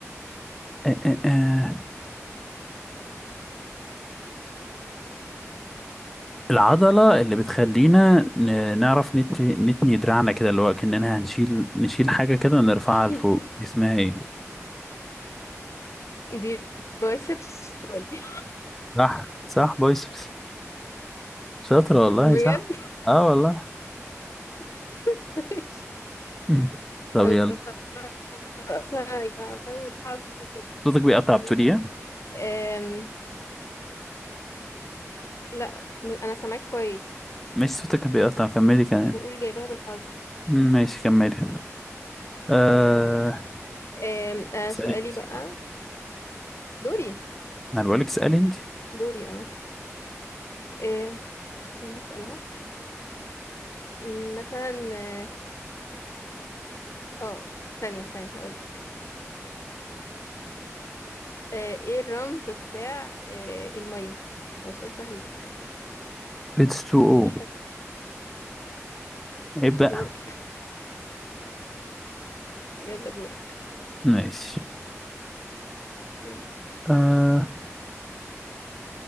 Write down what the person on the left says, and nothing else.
<laughs>
دي بايسبس ولا إيه؟
<laughs> بجد
كويس ماشي.
انا
أصلاً يعني بالحظ <laughs> كده
ماشي
أم... لا م- انا سامعك كويس
بقول جايبها بالحظ
خلاص ماشي أم... آه
سؤالي بقى دوري
دوري اه أم... أنا هسأل اهو أم، مثلا اه آه، ثانية ثانية هقولك آه، ايه الرمز بتاع آه، المية هو سؤال سهل بس يعني
بس ممكن
تكون
مش فاكره بس
شطور
<laughs> يلا دورك
مم.